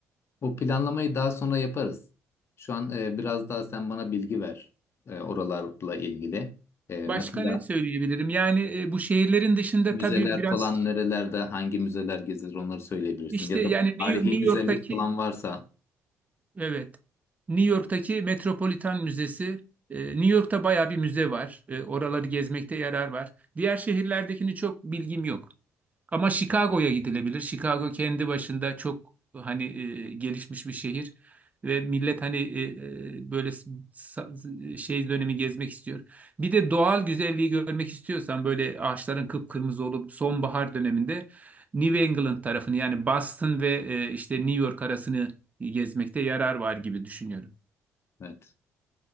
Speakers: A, on the left; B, on the right.
A: O planlamayı daha sonra yaparız. Şu an e, biraz daha sen bana bilgi ver e, oralarla ilgili. E,
B: Başka
A: mesela
B: ne söyleyebilirim? Yani e, bu şehirlerin dışında
A: müzeler
B: tabii biraz
A: falan nerelerde, hangi müzeler gezilir onları söyleyebilirsin.
B: işte
A: Ya
B: yani
A: da
B: New
A: tarihi
B: New York'taki
A: güzellik falan varsa.
B: Evet. New York'taki Metropolitan Müzesi. e, New York'ta bayağı bir müze var. E, Oraları gezmekte yarar var. Diğer şehirlerdekini çok bilgim yok. Ama Chicago'ya gidilebilir. Chicago kendi başında çok hani e, gelişmiş bir şehir ve millet hani e, e, böyle s- sa- şey dönemi gezmek istiyor. Bir de doğal güzelliği görmek istiyorsan böyle ağaçların kıpkırmızı olup sonbahar döneminde New England tarafını yani Boston ve e, işte New York arasını gezmekte yarar var gibi düşünüyorum.
A: Evet.